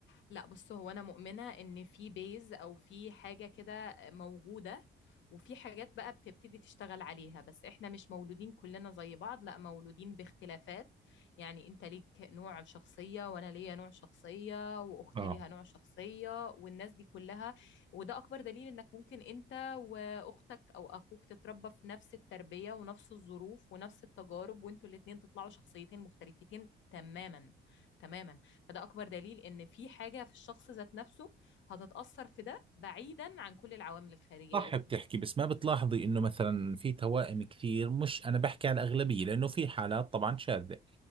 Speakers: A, on the left (about 70°); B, on the right (about 25°).
A: لا بص هو انا مؤمنه ان في بيز او في حاجه كده موجوده وفي حاجات بقى بتبتدي تشتغل عليها بس احنا مش مولودين كلنا زي بعض لا مولودين باختلافات يعني انت ليك نوع شخصيه وانا ليا نوع شخصيه واختي
B: اه
A: ليها نوع شخصيه والناس دي كلها وده اكبر دليل انك ممكن انت واختك او اخوك تتربى في نفس التربيه ونفس الظروف ونفس التجارب وانتوا الاتنين تطلعوا شخصيتين مختلفتين تماما تماما فده اكبر دليل ان في حاجه في الشخص ذات نفسه هتتاثر في ده بعيدا عن كل العوامل الخارجيه
B: صح
A: دي
B: بتحكي بس ما بتلاحظي انه مثلا في توائم كثير مش انا بحكي عن الاغلبيه لانه في حالات طبعا شاذه